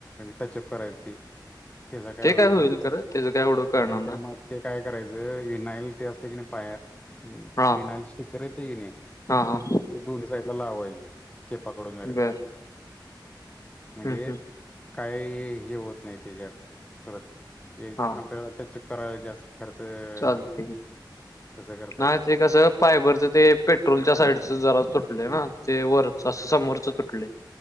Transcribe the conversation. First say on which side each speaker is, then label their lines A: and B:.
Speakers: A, on the left; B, on the left.
A: टचअप करायचं ते त्यजा काय
B: ते होईल
A: हे होत
B: खरं त्याचं काय एवढं कळणार
A: नाही
B: ना
A: तर मग ते काय करायचं विनाईल ते असते की नाही पायात हम्
B: हा
A: विनाया स्टिकर येतंय कने
B: हा हा
A: ते दोन्ही साईडला लावायचं. चपा काडून झाल्यावर.
B: बर
A: म्हणजे
B: हम्म हम्म
A: काही हे होत नाही त्यज्यात परत
B: हा हा
A: आपल्याला टचअप करायला जास्त खर्च होत
B: चालतंय
A: तसं करता
B: नाही ते कसं पायबरचं ते पेट्रोलच्या साईडचं जरा. तले ना ते वरच असं समोरच तुटलय